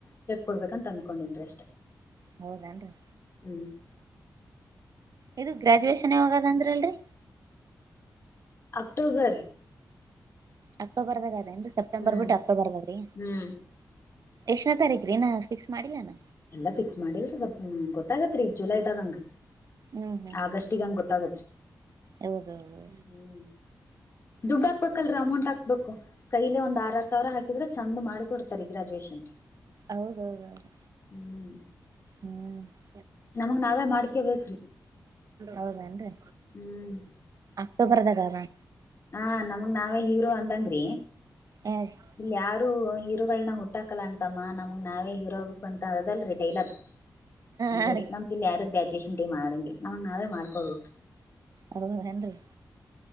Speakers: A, on the left (about 35°); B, on the right (about 60°).
A: ಕೊಡ್ಬೇಕ ಅಂತ ಅಂದ್ಕೊಂಡಿದರು ಅಷ್ಟೇ.
B: ಹೌದನು
A: ಹ್ಮ್-
B: ಇದು ಗ್ರ್ಯಾಜುಯೇಷನ್ ಯಾವಗಾ ಹೋಗದಂದ್ರಲ್ರರಿ.
A: ಅಕ್ಟೋಬರ್
B: ಅಕ್ಟೋಬರ್ದಾಗ ಅದೇನ್ ಸೆಪ್ಟೆಂಬರ್
A: ಹ್ಮ್
B: ಬಿಟ್ಟು ಅಕ್ಟೋಬರ್ದಾಗ್ರೀ.
A: ಹ್ಮ್
B: ಎಷ್ಟನೇ ತಾರೀಕ್ರೀ- ನ- ಫಿಕ್ಸ್ ಮಾಡಿಲ್ಲಾನ.
A: ಎಲ್ಲಾ ಫಿಕ್ಸ್ ಮಾಡಿಲ್ರಿ ಸ್ವಲ್ ಗೊತ್ತಾಗತ್ರಿ ಜುಲೈ ಇದದಾಗಂಗ.
B: ಹ್ಮ್ ಹ್ಮ್
A: ಆಗಷ್ಟೆ
B: ಹ್ಮ್
A: ಹಂಗ ಗೊತ್ತಾಗೂರ್ರೀ.
B: ಹೌದೌದು
A: ಹ್ಮ್- ದುಡ್ಡ ಹಾಕ್ಬೇಕಲ್ರಿ ಅಮೌಂಟ್. ಗುಡ್ಡ ಹಾಕ್ಬೇಕು ಕೈಲೆ ಒಂದ್ ಆರ್ ಆರ್ ಸಾವಿರ ಹಾಕಿದ್ರೆ ಚಂದ ಮಾಡ್ಕೊಡ್ತಾರೆ ಗ್ರಾಜುಯೇಷನ್.
B: ಹೌದೌ-ದೌ-ದು
A: ಹ್ಮ್-ಹ್
B: ಹ್ಮ್ <inaudible>
A: ನಮಗ್ ನಾವೇ ಮಾಡ್ಕೇ ಬೇಕರಿಬ್ರಿ
B: ಹೌದೇಎನ್ರಿ
A: ಹ್ಮ್
B: ಅಕ್ಟೂಬರದಾಗರೀದಾ
A: ಹ ನಮಗ್ ನಾವೇ ಹೀರೋ ಅಂದಂಗ್ ರೀ
B: ಹ
A: ಇಲ್ಲಿ ಯಾರು ಹೀರೋಗಳನ ಹುಟ್ಟಾಕಲ್ಲ ಅಣ್ಣ ತಮ್ಮ ನಮಗ್ ನಾವೇ ಹೀರೋ ಆಗ್ಬೇಕು ಅಂತ ಅದಲ್ ರಾತ್ರಿ ಡೈಲಾಗ್. ಹಂಗೇರಿ
B: ಹಾ ರೀ
A: ನಮ್ದ ಇಲ್ ಯಾರು ಗ್ರ್ಯಾಜುಯೇಷನ್ -ಡೇ- ಮಾಡಂಗಿರಿ ನಮ್ಗ್ ನಾವೇ ಮಾಡ್ಕೋಬೇರ್ರೀ.
B: ಅದ ವಂಡನ್ನ ರ್ರೀ